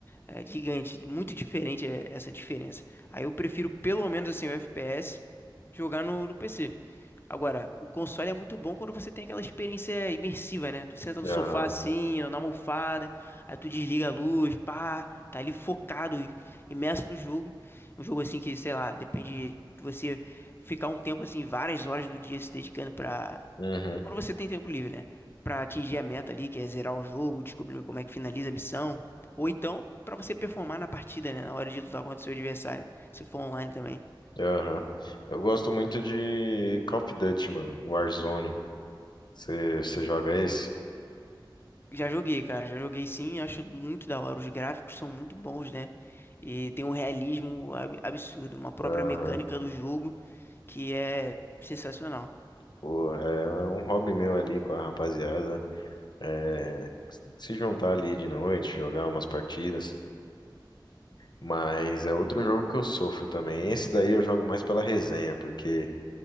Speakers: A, on the left; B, on the left.
A: é gigante, muito diferente é, essa diferença. Aí eu prefiro pelo menos assim o FPS jogar no, no PC. Agora, o console é muito bom quando você tem aquela experiência imersiva, né? Tu senta no sofá
B: Aham.
A: assim, na almofada, aí tu desliga a luz, pá, tá ali focado, imerso no jogo. Um jogo assim que, sei lá, depende de você ficar um tempo assim, várias horas do dia se dedicando pra.
B: Uhum.
A: Quando você tem tempo livre, né? Pra atingir a meta ali, que é zerar o jogo, descobrir como é que finaliza a missão. Ou então, pra você performar na partida, né? Na hora de lutar contra o seu adversário, se for online também.
B: Aham. Eu gosto muito de Call of Duty, mano. Warzone. Você joga esse?
A: Já joguei, cara, já joguei sim, acho muito da hora. Os gráficos são muito bons, né? E tem um realismo ab- absurdo, uma própria
B: Aham.
A: mecânica do jogo que é sensacional.
B: Pô, é um hobby meu ali com a rapaziada. É, se juntar ali de noite, jogar umas partidas. Mas é outro jogo que eu sofro também. Esse daí eu jogo mais pela resenha, porque,